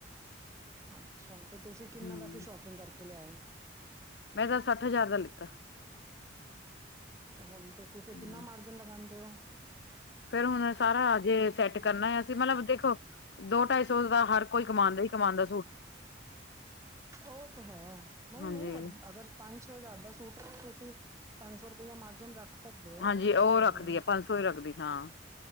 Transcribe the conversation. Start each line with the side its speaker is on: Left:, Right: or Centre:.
Right: ਅੱਛਾ ਤੇ ਤੁਸੀਂ ਕਿੰਨਾ
Left: ਹਮ
Right: ਦਾ ਫਿਰ ਸ਼ੋਪਿੰਗ ਕਰਕੇ ਲਿਆਏ।
Left: ਮੈਂ ਤਾਂ ਸੱਠ ਹਜ਼ਾਰ ਦਾ ਲਿੱਤਾ।
Right: ਹੁਣ ਤੁਸੀਂ ਫਿਰ
Left: ਹਮ
Right: ਕਿੰਨਾ ਮਾਰਜਨ ਲਗਾਂਦੇ ਓ।
Left: ਫੇਰ ਹੁਣ ਏ ਸਾਰਾ ਆਜੇ। ਸੈੱਟ ਕਰਨਾ ਅਸੀਂ ਮਤਲਬ ਦੇਖੋ ਦੋ ਢਾਈ ਸੌ ਦਾ ਹਰ ਕੋਈ ਕਮਾਦਾ ਈ ਕਮਾਂਦਾ।
Right: ਓ ਤੇ ਹੈ ਨਈ
Left: ਹਾਂਜੀ
Right: ਨਈ ਵਡ ਅਗਰ ਪੰਜ ਛੇ ਹਜ਼ਾਰ ਦਾ ਸੂਟ ਤੁਸੀਂ ਪੰਜ ਸੌ ਰੁਪਇਆ ਮਾਰਜਨ ਰੱਖ ਸਕਦੇ ਹੋ
Left: ਹਾਂਜੀ
Right: ਐਸੀ
Left: ਉਹ
Right: ਗੱਲ
Left: ਰੱਖਦੀ
Right: ਨਹੀਂ ਹੈ
Left: ਏ ਪੰਜ ਸੌ ਈ ਰੱਖਦੀ। ਹਾਂ